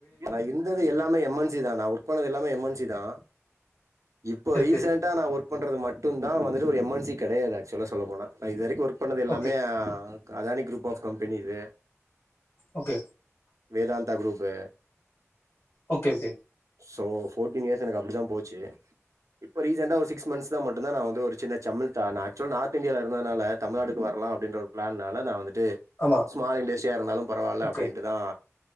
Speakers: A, on the right; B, on the left.
A: நா இருந்தது எல்லாமே எம் என் சி தா நா ஒர்க் பன்னது எல்லாமே எம் என் சி தா இப்போ
B: சரி
A: ரீசண்டா
B: சரி
A: நா ஒரு பண்றது மட்டு தா வந்துட்டு ஒரு எம் என் சி கெடையாது ஆக்சுவலா சொல்ல போனா நா இது வரைக்கு ஒர்க் பண்ணது எல்லாமே
B: ஓகே
A: அதானி க்ரூப் ஆஃப் கம்பெனிது
B: okay
A: Vedanta group
B: okay okay
A: so fourteen years எனக்கு அப்டிதா போச்சு இப்போ ரீசன்ண்டா ஒரு சிகஸ் மந்த்ஸ்ல மட்டு தா நா வந்து ஒரு சின் செம்மள்தா நா ஆக்சுவல் நார்த் இந்தியால இருந்ததுனால தமிழ்நாட்டுக்கு வரலா அப்டின்ற ஒரு பிளான்னால நா வந்துட்டு
B: ஆமா
A: ஸ்மால் இண்டஸ்ட்ரியா இருந்தாலு பரவால்ல
B: ஓகே
A: அப்டின்ட்டு தா